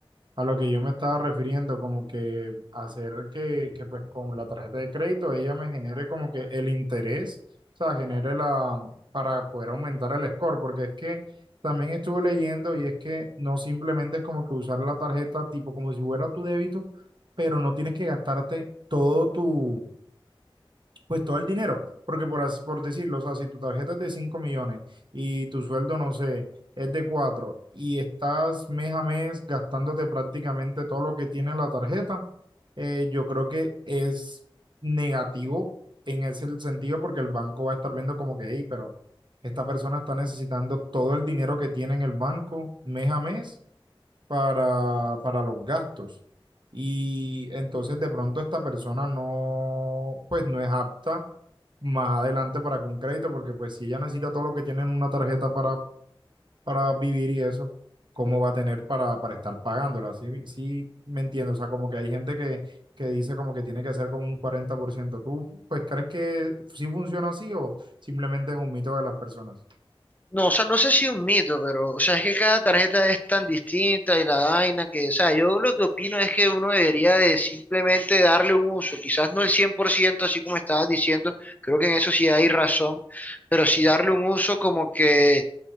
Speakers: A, on the right (about 55°); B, on the left (about 15°).
A: A lo que yo me estaba refiriendo, como que hacer que, que pues con la tarjeta de crédito ella me genere como que el interés, o sea, genere la, para poder aumentar el score, porque es que también estuve leyendo y es que no simplemente es como que usar la tarjeta tipo como si fuera tu débito, pero no tienes que gastarte todo tu, pues todo el dinero, porque por, as- por decirlo, o sea, si tu tarjeta es de 5 millones y tu sueldo, no sé, es de 4 y estás mes a mes gastándote prácticamente todo lo que tiene la tarjeta, eh, yo creo que es negativo en ese sentido porque el banco va a estar viendo como que, hey, pero esta persona está necesitando todo el dinero que tiene en el banco mes a mes para, para los gastos. Y entonces de pronto esta persona no, pues no es apta más adelante para que un crédito, porque pues si ella necesita todo lo que tiene en una tarjeta para, para vivir y eso, ¿cómo va a tener para, para estar pagándola? Sí, sí, me entiendo, o sea, como que hay gente que, que dice como que tiene que ser como un cuarenta por ciento ¿Tú pues crees que sí funciona así o simplemente es un mito de las personas?
B: No, o sea, no sé si un mito, pero, o sea, es que cada tarjeta es tan distinta y la vaina que, o sea, yo lo que opino es que uno debería de simplemente darle un uso, quizás no el 100% así como estabas diciendo, creo que en eso sí hay razón, pero sí darle un uso como que,